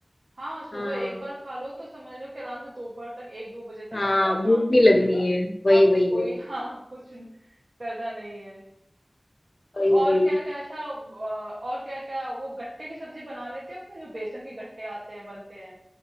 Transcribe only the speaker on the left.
हाँ
हाँ
भूख
नहीं
लगनी
है वही
वही
वही
वही
वही